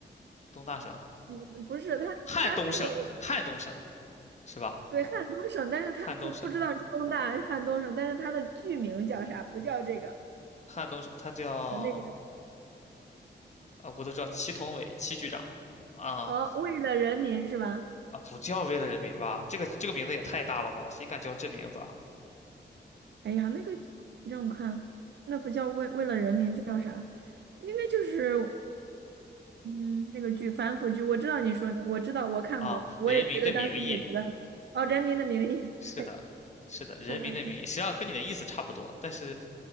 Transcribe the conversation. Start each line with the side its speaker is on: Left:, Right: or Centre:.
Left: 东大省、
Right: 嗯不是，它它那个
Left: 汉东省、汉东省是吧？
Right: 对汉东省，但是它不不知道是东大还是汉东省，
Left: 汉东省、
Right: 但是它的剧名叫啥？不叫这个，
Left: 汉东省，他叫
Right: 呃，那个叫
Left: 啊，我都知道祁同伟、祁局长啊
Right: 哦，为了人民是吧？
Left: 啊，不叫为了人民吧？这个这个名字也太大了吧？谁敢叫这名字啊？
Right: 哎呀，那个让我看，那不叫为为了人民，叫啥？应该就是嗯，那个剧反腐剧，我知道你说的，我知道我看过，
Left: 啊，
Right: 我也觉得当时也觉得
Left: 人民的名义，
Right: 哦，《人民的名义》对。
Left: 是的，是的，人民的名义，
Right: 嗯嗯
Left: 实际上跟你的意思差不多，但是，